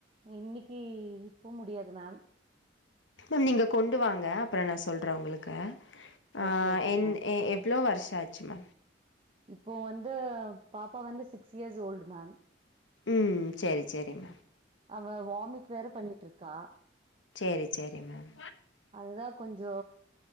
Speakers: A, on the right; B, on the left.
A: இன்னைக்கு இப்ப முடியாது மேம்
B: இப்ப நீங்க கொண்டு வாங்க அப்ற நா சொல்ற உங்களுக்கு ஆ
A: ஓகே ஓகே
B: என்
A: மேம்
B: எ எவ்ளோ வருஷ ஆச்சுமா
A: இப்போ வந்து பாப்பா வந்து சிக்ஸ் இயர்ஸ் ஓல்டு மேம்
B: ம் செரி செரிம்மா
A: அவ வாமிட் வேற பண்ணிட்ருக்கா
B: செரி செரி மேம்
A: அதுதா கொஞ்சோ